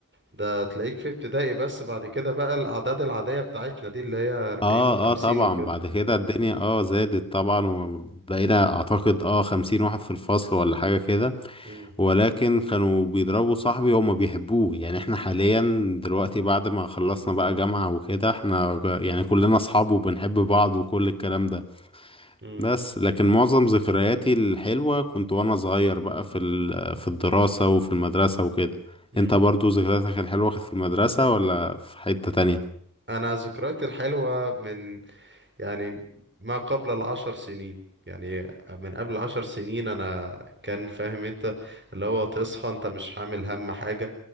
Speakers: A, on the right (about 35°); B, on the left (about 15°).
A: ده تلاقيك في ابتدائي بس بعد كده بقى الأعداد العادية بتاعتنا دي اللي هي 40
B: اه
A: و50
B: اه طبعا
A: وكده
B: بعد كده الدنيا اه زادت طبعا وبقينا اعتقد اه خمسين واحد في الفصل ولا حاجة كده
A: امم
B: ولكن كانوا بيضربوا صاحبي هما بيحبوه يعني احنا حاليا دلوقتي بعد ما خلصنا بقى جامعة وكده احنا يعني كلنا اصحاب وبنحب بعض وكل الكلام ده
A: امم
B: بس لكن معظم ذكرياتي الحلوة كنت وانا صغير بقى في ال- في الدراسة وفي المدرسة وكده
A: امم
B: انت برضو ذكرياتك الحلوة كانت في المدرسة ولا في حتة تانية
A: أنا ذكرياتي الحلوة من يعني ما قبل العشر سنين يعني من قبل عشر سنين أنا كان فاهم أنت اللي هو تصحى أنت مش حامل هم حاجة